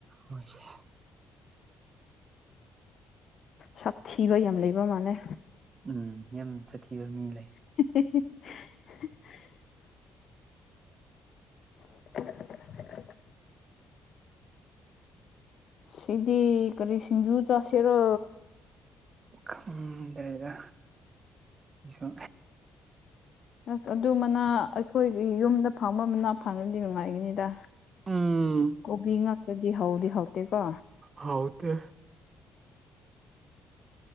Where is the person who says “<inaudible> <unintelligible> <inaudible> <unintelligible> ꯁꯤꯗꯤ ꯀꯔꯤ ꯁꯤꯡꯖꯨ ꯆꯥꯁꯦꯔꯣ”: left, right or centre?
Left